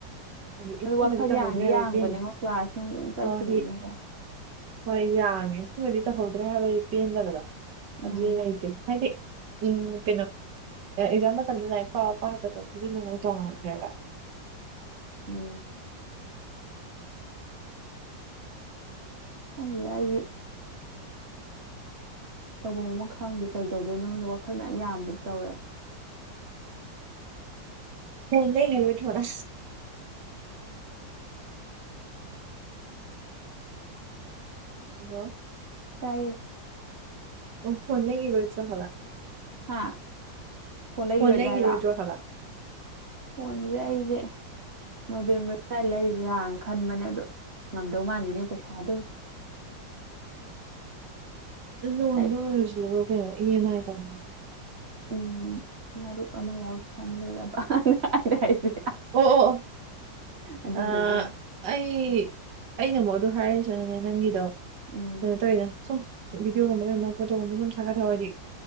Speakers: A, on the right; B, on the right.
A: ꯑꯦꯁꯤ
B: ꯑꯗꯨ ꯋꯥꯈꯜ
A: ꯃꯔꯤꯛꯇ
B: ꯌꯥꯡꯗꯤ
A: ꯐꯒꯔꯦ ꯍꯥꯏꯋꯥꯗꯤ
B: ꯌꯥꯡꯕꯅꯦꯉꯣ ꯀ꯭ꯂꯥꯁ ꯅꯨꯡ ꯆꯠꯈꯤꯕꯗꯨꯅꯀꯣ
A: ꯍꯣꯏ ꯌꯥꯡꯉꯦ ꯁꯤꯕꯨꯗꯤ ꯇꯧꯍꯧꯗ꯭ꯔꯦ ꯍꯥꯏꯕꯒꯤ ꯄꯦꯟꯗꯕꯗꯣ
B: ꯎꯝ
A: ꯑꯗꯨꯗꯤ ꯂꯩꯇꯦ ꯍꯥꯏꯗꯤ ꯎꯝ ꯀꯩꯅꯣ ꯑꯦꯛꯖꯥꯝ ꯃꯇꯝꯗ ꯂꯥꯏꯔꯤꯛ ꯄꯥꯕ ꯄꯥꯗꯕꯒꯤꯗꯨ ꯅꯉ ꯇꯣꯡꯉꯥꯟꯗ꯭ꯔꯦꯕ
B: ꯎꯝ ꯍꯦ ꯍꯥꯏꯗꯤ ꯇꯐꯝ ꯃꯈ ꯈꯪꯗꯦ ꯀꯩꯗꯧꯗꯣꯏꯅꯣ ꯍꯣꯟꯗ ꯋꯥꯈꯜ ꯃꯌꯥꯝ ꯌꯥꯝꯕ ꯇꯧꯔꯦ
A: ꯍꯗ ꯌꯦꯔꯃꯤ ꯊꯔ ꯑꯗꯣ
B: ꯇꯥꯏꯌꯦ
A: ꯑꯣ ꯐꯣꯣꯟꯅꯒꯦꯂꯣ ꯆ ꯍꯋꯥ
B: ꯍꯥ ꯂꯩꯈꯤꯔꯣꯏꯗ꯭ꯔꯥ
A: ꯐꯣꯟ ꯂꯩꯒꯔꯣꯏꯗꯨꯣ
B: ꯍꯥꯏꯔꯣ
A: ꯍꯕ
B: ꯐꯣꯟꯁꯦ ꯑꯩꯁꯦ ꯅꯣꯕꯦꯝꯕꯔ ꯁꯋꯥꯏꯗ ꯂꯩꯔꯤꯁꯔꯥꯅ ꯈꯟꯕꯅꯦ ꯑꯗꯣ ꯉꯝꯗꯧ ꯃꯥꯥꯟꯜꯂꯤꯅꯦ ꯄꯩꯁꯥ ꯑꯗꯨ
A: ꯂꯣꯟꯗꯣ
B: ꯑꯩ
A: ꯑꯣꯏꯔꯁꯨ ꯂꯧꯔꯣ ꯀꯩꯅꯣ ꯏ ꯑꯦꯝ ꯑꯥꯏ ꯇꯧꯅ
B: ꯎꯝ ꯃꯔꯨꯞ ꯑꯃ ꯌꯥꯎꯁꯟꯂꯨꯔꯕꯅ ꯍꯥꯏꯅ ꯍꯥꯏꯁꯦ
A: ꯑꯣ ꯑꯣ
B: ꯑꯗꯨꯗꯨꯒꯤ
A: ꯑ ꯑꯩ ꯑꯩꯅꯕꯨꯛ ꯑꯗꯨ ꯍꯥꯏꯔꯔꯤꯁꯤꯅꯅꯦ ꯅꯪꯒꯤꯗꯣ
B: ꯎꯝ
A: ꯀꯩꯅꯣ ꯇꯧꯋꯤꯅꯦ ꯁꯨꯝ ꯚꯗꯤꯑꯣꯒꯨꯝꯕ ꯀꯩꯨꯝꯕ ꯐꯣꯇꯣꯒꯨꯝꯕꯒ ꯁꯨꯝ ꯁꯥꯒꯠꯍꯕꯑꯣ ꯍꯥꯏꯗꯤ